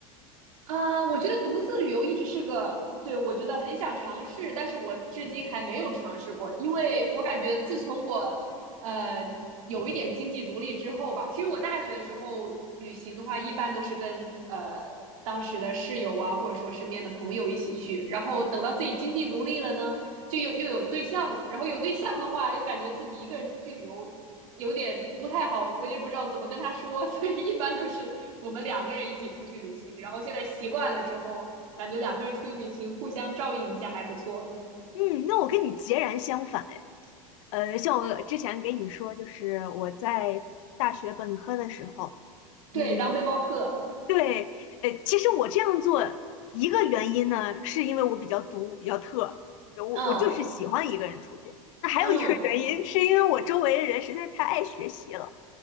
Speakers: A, on the right (about 70°); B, on the left (about 60°).
A: 啊，我觉得独自旅游一直是个，对，我觉得很想尝试，但是我至今还没有尝试过，因为我感觉自从我，呃，有一点经济独立之后吧，其实我大学的时候旅行的话，一般都是跟呃当时的室友啊，或者说身边的朋友一起去，然后等到自己经济独立了呢，就又又有对象了，然后有对象的话，又感觉自己一个人出去旅游有点不太好，我也不知道怎么跟他说，<laughs> 所以一般都是我们两个人一起出去旅行。然后现在习惯了之后，感觉两个人出去旅行互相照应一下还不错。
B: 嗯，那我跟你截然相反哎。呃，像我之前给你说，就是我在大学本科的时候，
A: 对，
B: 嗯，
A: 当背包客，
B: 对，呃，其实我这样做一个原因呢，是因为我比较独，比较特，我我就是喜欢一个人出去。
A: 嗯
B: 那还有一个原因，
A: 嗯，
B: 是因为我周围的人实在太爱学习了。